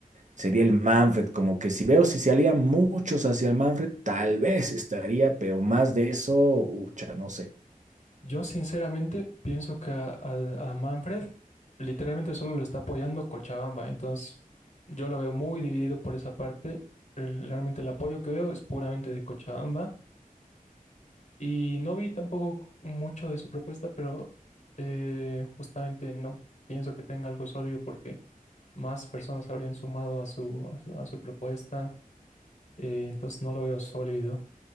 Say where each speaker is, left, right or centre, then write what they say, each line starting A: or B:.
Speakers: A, on the right (about 55°); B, on the left (about 50°).
A: sería el Manfred. Como que si veo si se alían muchos hacia el Manfred, tal vez estaría, pero más de eso, ucha, no sé.
B: Yo sinceramente pienso que a, a- a Manfred literalmente solo lo está apoyando Cochabamba, entonces yo lo veo muy dividido por esa parte. Realmente el apoyo que veo es puramente de Cochabamba Y no vi tampoco mucho de su propuesta, pero eh, justamente no pienso que tenga algo sólido porque más personas habrían sumado a su, a su, a su propuesta eh, entonces no lo veo sólido.